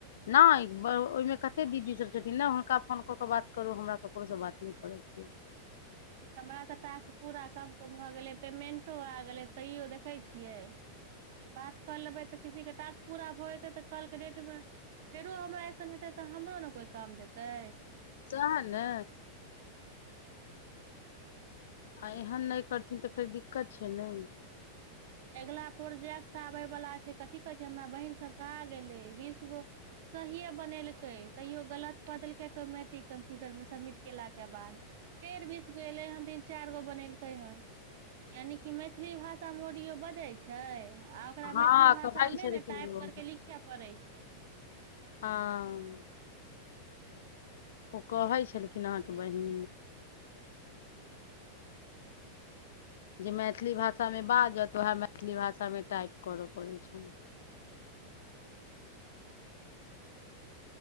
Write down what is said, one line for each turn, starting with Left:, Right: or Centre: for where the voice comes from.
Left: नहि ओहिमे कतेक दीदी सभ छथिन ने हुनका फोन कऽ कऽ बात करू हमरा ककरोसँ बात नहि कर के अइ
Right: हमरा तऽ टास्क पूरा कबके भऽ गेलै पेमेंट ओ आ गेलै तैयो देखै छियै बात करऽ लेबै तऽ किसी के टास्क पूरा भऽ जेतै तऽ कलके डेट मे फेरो हमरा अऐसन हेतै तऽ हमरो ने कोइ काम देतै
Left: सैहै ने आ एहन नहि करथिन तऽ फेर दिक्कत छै नहि
Right: अगिला प्रोजेक्ट आबै बला छै कथी कहै छै हमरा बहिन सब कहा गेलै बीस गो सहिए बनेलकै तैयो गलत कऽ देलकै ऑटोमटिक कम्प्यूटरमे सबमिट केलाके बाद फेर बीस गो एलै हन तीन चारि गो बनेलकै हन यानि कि मैथिली भाषा सम ओडियो बजै छै छै आ ओकरा
Left: हँ
Right: मैथिली भाषामे
Left: कहै छलखिन
Right: ने टाइप
Left: ओ
Right: करकेऽ लिखय पड़ै छै
Left: हँ ओ कहै छलखिन अहाँके बहिन जे मैथिली भाषामे बाजत उएह मैथिली भाषामे टाइप करय पड़ै छै
Right: ह